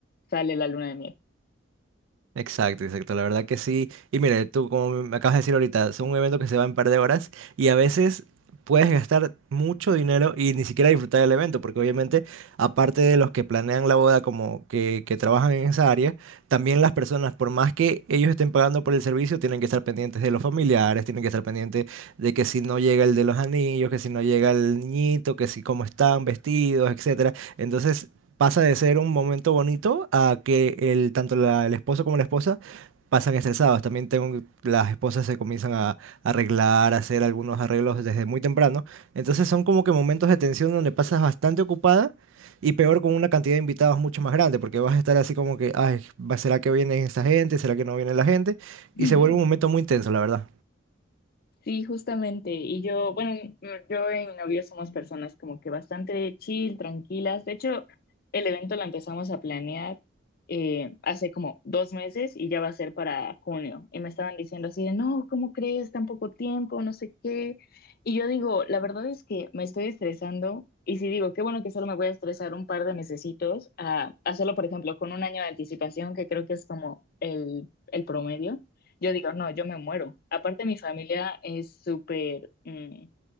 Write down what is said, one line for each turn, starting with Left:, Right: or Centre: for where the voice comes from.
Left: sale la luna de miel.
Right: Exacto, exacto, la verdad que sí. Y mire, tú como me acabas de decir ahorita, es un evento que se va en un par de horas y a veces puedes gastar mucho dinero y ni siquiera disfrutar del evento, porque obviamente aparte de los que planean la boda como que, que trabajan en esa área, también las personas, por más que ellos estén pagando por el servicio, tienen que estar pendientes de los familiares, tienen que estar pendientes de que si no llega el de los anillos, que si no llega el niñito, que si cómo están vestidos, etcétera. Entonces pasa de ser un momento bonito a que el, tanto la- el esposo como la esposa pasan estresados. También tengo, las esposas se comienzan a, arreglar, a hacer algunos arreglos desde muy temprano. Entonces son como que momentos de tensión donde pasas bastante ocupada y peor con una cantidad de invitados mucho más grande, porque vas a estar así como que, ay, va- ¿será que viene esta gente? ¿Será que no viene la gente?
Left: <laughs>
Right: Y se vuelve un momento muy intenso, la verdad.
Left: Sí, justamente. Y yo, bueno, mm, yo y mi novio somos personas como que bastante chill, tranquilas. De hecho, el evento lo empezamos a planear eh, hace como dos meses y ya va a ser para junio. Y me estaban diciendo así de, no, ¿cómo crees? Tan poco tiempo, no sé qué. Y yo digo, la verdad es que me estoy estresando. Y si digo, qué bueno que solo me voy a estresar un par de mesecitos a hacerlo, por ejemplo, con un año de anticipación, que creo que es como el, el promedio yo digo, no, yo me muero. Aparte, mi familia es súper, mm,